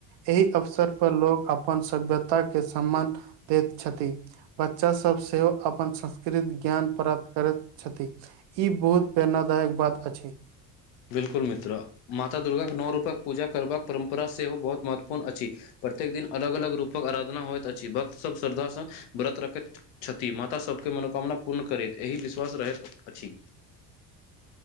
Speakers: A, on the right; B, on the left.
A: एहि अवसर पर लोक अपन सभ्यता के सम्मान दैत छथि। बच्चा सब सेहो अपन संस्कृत ज्ञान प्राप्त करैत छथि। ई बहुत प्रेरणादायक बात अछि।
B: बिल्कुल मित्र, माता दुर्गाके नौ रूपक पूजा करबाक परम्परा सेहो बहुत महत्वपूर्ण अछि। औ प्रत्येक दिन अलग अलग रूपक आराधना होइत अछि। भक्तसब श्रद्धासँ व्रत रखैत छथि। माता सबके मनोकामना पूर्ण करैत एहि विश्वास रहैत अछि।